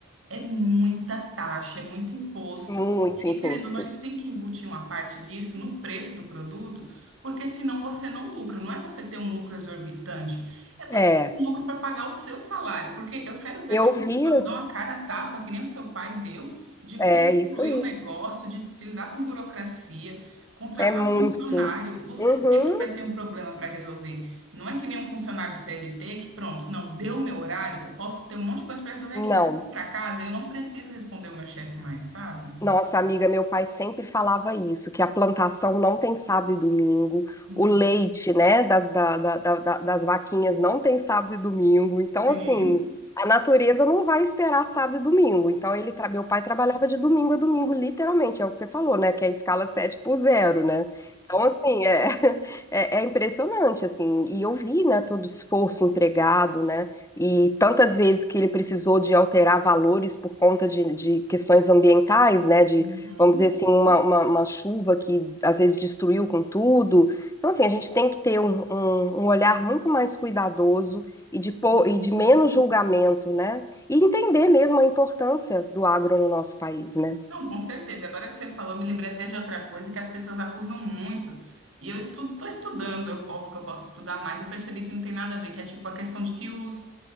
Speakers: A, on the right; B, on the left.
A: é muita taxa, é muito imposto.
B: Muito
A: E aí,
B: imposto.
A: querendo ou não, eles têm que embutir uma parte disso no preço do produto, porque senão você não lucra. Não é você ter um lucro exorbitante, é você
B: é.
A: ter um lucro para pagar o seu salário. Porque eu quero ver
B: Eu
A: quantas
B: vi,
A: pessoas dão a cara a tapa, que nem o seu pai deu, de
B: é
A: construir
B: isso aí.
A: o negócio, de lidar com burocracia, contratar
B: É muito.
A: funcionário. Você
B: Uhum.
A: sempre vai ter um problema para resolver. Não é que nem um funcionário CLT que, pronto, não, deu o meu horário, eu posso ter um monte de coisa para resolver aqui,
B: Não.
A: mas aqui para casa eu não preciso responder o meu chefe mais, sabe?
B: Nossa, amiga, meu pai sempre falava isso, que a plantação não tem sábado e domingo,
A: Hum.
B: o leite, né, das, da- da- da- da- das vaquinhas não tem sábado e domingo. Então,
A: Sim.
B: assim, a natureza não vai esperar sábado e domingo. Então, ele, tra- meu pai trabalhava de domingo a domingo, literalmente, é o que você falou, né, que é a escala 7 por zero, né? Então, assim, é, <laughs> é, é impressionante, assim, e eu vi, né, todo o esforço empregado, né? E tantas vezes que ele precisou de alterar valores por conta de, de questões ambientais, né? De,
A: Uhum.
B: vamos dizer assim, uma, uma, uma chuva que às vezes destruiu com tudo. Então, assim, a gente tem que ter um, um, um olhar muito mais cuidadoso e de, po-
A: Uhum.
B: e de menos julgamento, né? E entender mesmo a importância do agro no nosso país, né?
A: Não, com certeza. Agora que você falou, eu me lembrei até de outra coisa que as pessoas acusam muito. E eu estudo, estou estudando, eu- óbvio que eu posso estudar mais, eu percebi que não tem nada a ver, que é tipo a questão de que os